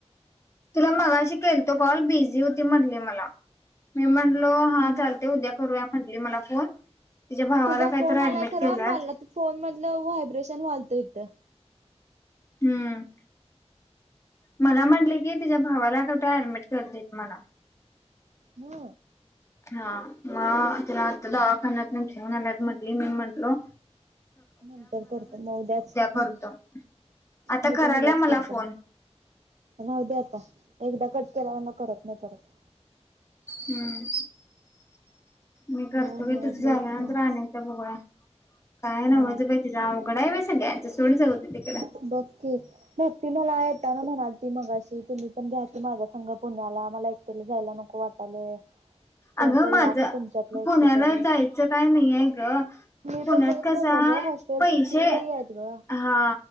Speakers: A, on the left; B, on the right.
A: तिला मगाशी केलतो कॉल बिझी होती म्हनली मला. मी म्हणलो हा
B: हम्म
A: चालते उद्या करूया. म्हटली मला फोन. तिच्या भावाला
B: तुझा
A: काहीतरी
B: फोन
A: ऍडमिट
B: आलाय खरं
A: केल्यात.
B: मला फोन मधणं व्हायब्रेशन व्हालत ही तं
A: हम्म. मला म्हटले की तिच्या भावाला त ऍडमिट करतेेत मला.
B: हो.
A: हा. म तिला आता दखान्यात नं घेऊन आल्यात म्हणली, मी म्हणलो
B: नंतर करतो मग उद्याच
A: करतो.
B: हम्
A: आता
B: मी
A: करायल्या
B: पण उद्याच
A: मला
B: करतो
A: फोन.
B: राहु दे आता एकदा कट. केलाय म्हणल्यावर करत नाही परत.
A: हम्म मी
B: काय
A: करतो घे
B: नवच
A: तुझ झाल्यानंतर
B: बायको
A: अनेकदा बघूया. काही नव्हच
B: हा
A: बाई तिज अवघड हाय बाई सगळ. सगळ्यांच सोड जाऊ दे तिकड.
B: बक की नाही ती. ती मला येताना म्हणालती मगाशी तुम्ही पण घ्या त माझा संघ पुण्याला मला एकटीला जायला नको वाटालय. कोणतरी
A: अगं माझ
B: या की तुमच्यातलं एकटे
A: पुण्याला
B: तरी
A: जायचं काय नाही. नाही ग.
B: मी
A: पुण्यात
B: पण तेच
A: कस
B: म्हणलो
A: हाय
B: ग हॉस्टेलची
A: पैसे
B: फी लई आहेत ग
A: हा